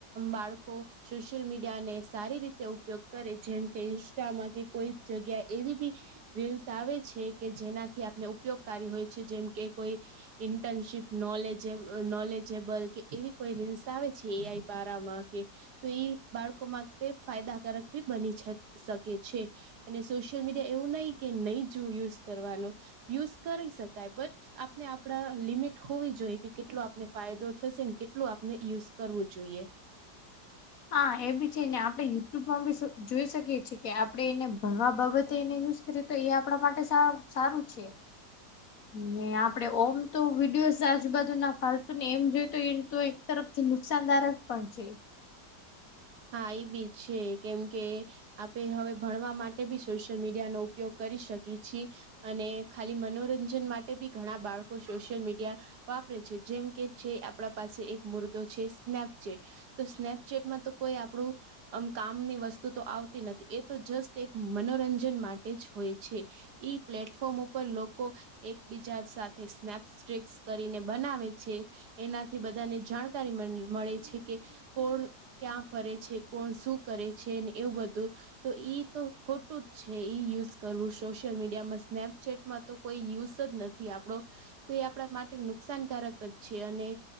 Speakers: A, on the right (about 70°); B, on the left (about 55°).
A: બાળકો સોશિયલ મીડિયા ને, સારી રીતે ઉપયોગ કરે, જેમ કે ઇન્સ્ટામાં કે, કોઈ જગ્યા એવી બી રીલ્સ આવે છે કે, જેનાથી આપણે ઉપયોગકારી હોય છે, જેમ કે કોઈ ઇન્ટર્નશીપ નોલેજ, નોલેજેબલ કે, એવી કોઈ રીલ્સ આવે છે, એ આઈ પારામાં કે તો એ બાળકો માટે ફાયદાકારક ભી બની શકે છે. અને સોશિયલ મીડિયા એવું નહી કે, નહી જોવું યુઝ કરવાનું, યુઝ કરી શકાય બટ. આપને આપડા લિમિટ હોવી જોઈએ, કે કેટલો આપને ફાયદો થશે, કેટલો આપને યુઝ કરવું જોઈએ.
B: હા, એ બી છે ને, આપડણે યુટ્યુબમાં બી જોઈ શકીએ છીએ, કે આપણેે એને ભણવા બાબતે તો એ આપણા માટે સારું છે.
A: <unintelligible>
B: ને આપડે ઓમ તો વિડીયોસ આજુબજુ ના ફતુ ને, એમ જોઈ તો એમ તોય. તરફથી નુકસાનદારક પણ છે.
A: હા, એ બીજ છે કેમ કે આપે, હવે ભણવા માટે બી સોશિયલ મીડિયા નો ઉપયોગ કરી શકીએ છીએ. અને ખાલી મનોરંજન માટે બી ઘણા બાળકો સોશિયલ મીડિયા વાપરે છે, જેમ કે છે, આપણા પાસે એક મુર્દો છે, સ્નેપચેટ તો સ્નેપચેટમાં તો કોઈ આપણું આમ કામની વસ્તુ તો આવતી નથી, એ તો જસ્ટ એક મનોરંજન માટે જ હોય છે. ઈ પ્લેટફોર્મ ઉપર લોકો એકબીજા સાથે સ્નેપ સિક્રીસ કરીને બનાવે છે. એનાથી બધાને જાણકારી મળે છે કે, કોણ ક્યાં ફરે છે? કોણ શું કરે છે? એવું બધું. તો ઈ તો ખોટું જ છે, ઇ યુઝ કરવું, સોશિયલ મીડિયામાં સ્નેપચેટમાં. તો કોઈ યુઝ જ નથી, આપડો તો એ આપણા માટે નુકસાનકારક જ છે, અને